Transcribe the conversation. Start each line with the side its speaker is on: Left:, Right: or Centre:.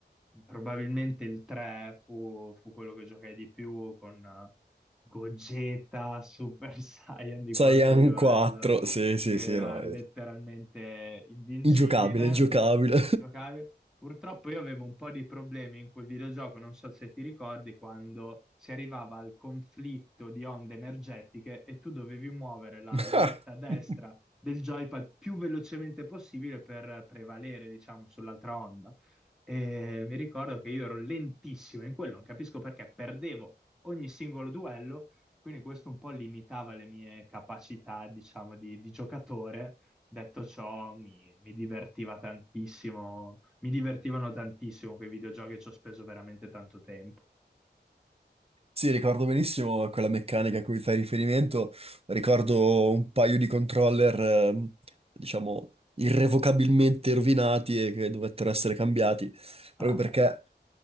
Centre: Probabilmente il 3 fu, fu quello che giocai di più con Gogeta Super <laughs> Saiyan di
Right: Saiyan
Centre: quarto livello,
Right: 4, sì, sì,
Centre: che
Right: sì,
Centre: era
Right: no,
Centre: letteralmente
Right: è
Centre: invincibile.
Right: ingiocabile, ingiocabile.
Centre: Giocavi. Purtroppo io avevo un po' di problemi in quel videogioco, non so se ti ricordi, quando si arrivava al conflitto di onde energetiche e tu dovevi muovere la
Right: <laughs>
Centre: levetta destra
Right: <laughs>
Centre: del joypad più velocemente possibile per prevalere, diciamo, sull'altra onda. E mi ricordo che io ero lentissimo in quello, non capisco perché, perdevo ogni singolo duello, quindi questo un po' limitava le mie capacità, diciamo, di, di giocatore. Detto ciò, mi, mi divertiva tantissimo, mi divertivano tantissimo quei videogiochi, ci ho speso veramente tanto tempo.
Right: Sì, ricordo benissimo quella meccanica a cui fai riferimento. Ricordo un paio di controller, ehm, diciamo, irrevocabilmente rovinati e che dovettero essere cambiati, proprio
Centre: <laughs>
Right: perché